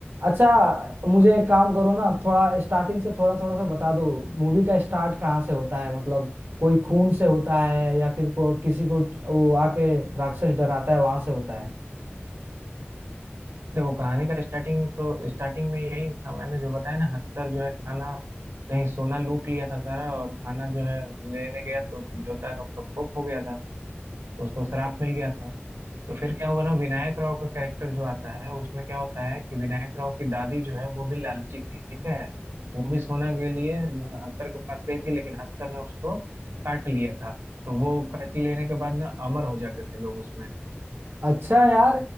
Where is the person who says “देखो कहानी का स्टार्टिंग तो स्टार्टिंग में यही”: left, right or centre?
Right